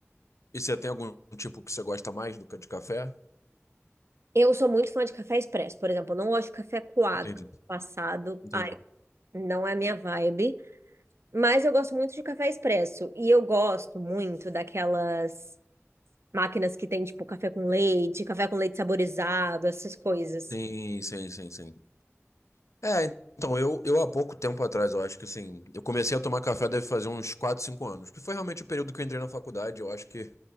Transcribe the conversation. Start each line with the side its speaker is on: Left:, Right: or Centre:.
Left: E você tem algum tipo que você gosta mais do que de café?
Right: Eu sou muito fã de café expresso, por exemplo. Eu não gosto de café coado,
Left: Entendi,
Right: café passado.
Left: entendi.
Right: Ai, não é a minha vibe. Mas eu gosto muito de café expresso. E eu gosto muito daquelas máquinas que tem, tipo, café com leite, café com leite saborizado, essas coisas.
Left: Sim, sim, sim, sim. É, então, eu, eu há pouco tempo atrás, eu acho que assim, eu comecei a tomar café deve fazer uns 4 5 anos, que foi realmente o período que eu entrei na faculdade, eu acho que